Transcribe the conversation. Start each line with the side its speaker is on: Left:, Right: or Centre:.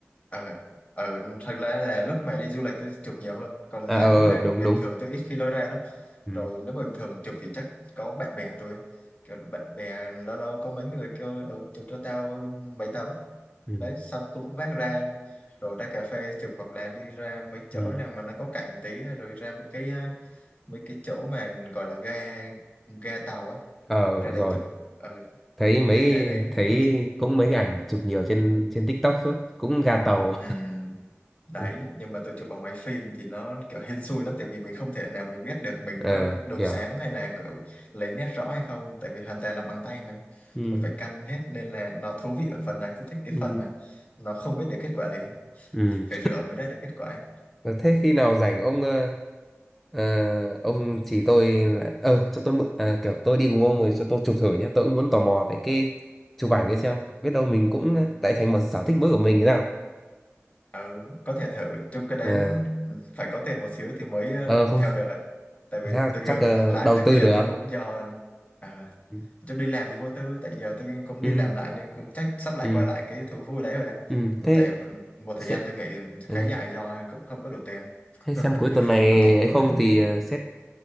Left: ờ ờ thật ra là lúc mà đi du lịch tôi chụp nhiều hơn còn
Centre: à
Left: lại
Centre: ờ
Left: nếu mà
Centre: đúng
Left: bình
Centre: đúng
Left: thường tôi ít khi lôi ra lắm
Centre: ừ.
Left: rồi nếu bình thường chụp thì chắc có bạn bè tôi ấy. kiểu bạn bè lâu lâu có mấy người kêu ừ, chụp cho tao mấy tấm
Centre: Ừ.
Left: đấy xong cũng vác ra rồi ra cà phê chụp hoặc là đi ra mấy chỗ
Centre: Ừ.
Left: nào mà nó có cạnh tí ấy, rồi ra một cái ờ, mấy cái chỗ mà gọi là ga ga tàu á
Centre: ờ
Left: ra
Centre: rồi
Left: đấy chụp ờ
Centre: thấy mấy
Left: đấy ra đấy
Centre: thấy
Left: chứ-
Centre: cũng mấy cái ảnh chụp nhiều trên trên TikTok suốt cũng ga tàu
Left: Ừm, đấy
Centre: <laughs>
Left: nhưng mà tôi chụp bằng máy phim thì nó kiểu hên xui lắm tại vì mình không thể nào mình biết được mình
Centre: ờ
Left: có độ
Centre: hiểu
Left: sáng hay là kiểu lấy nét rõ hay không tại vì hoàn toàn là bằng tay mà
Centre: ừ.
Left: mình phải căn hết nên là nó thú vị ở phần đấy tôi thích cái
Centre: Ừ.
Left: phần mà nó không biết được kết quả liền
Centre: Ừ.
Left: phải rửa mới ra được kết quả
Centre: Ờ, thế khi nào rảnh
Left: đấy
Centre: ông ờ, ờ, ông chỉ tôi là ờ cho tôi mượn ờ, kiểu tôi đi cùng ông rồi cho tôi chụp thử nhé tôi cũng muốn tò mò về cái chụp ảnh ấy xem biết đâu mình cũng tại thành một sở thích mới của mình thì sao
Left: Ừ, có thể thử chung cái đấy
Centre: ờ
Left: ừ, phải có tiền một xíu thì mới ờ,
Centre: ờ không
Left: theo được ấy. Tại vì
Centre: sao
Left: tôi ngừng
Centre: chắc ờ,
Left: lại
Centre: đầu
Left: tới bây
Centre: tư
Left: giờ
Centre: được
Left: tôi cũng do à,
Centre: ừ
Left: chung đi làm thì vô tư tại giờ tôi cũng đi
Centre: ừ
Left: làm lại nên cũng chắc sắp lại
Centre: ừ
Left: quay lại cái thú vui đấy rồi đấy.
Centre: ừ. thế
Left: Tại một
Centre: sẽ
Left: thời gian tôi nghỉ
Centre: ừ.
Left: khá dài do cũng không có đủ tiền.
Centre: Thế
Left: <laughs>
Centre: xem cuối tuần này
Left: Nó tốn
Centre: ấy
Left: quá.
Centre: không thì ờ, xét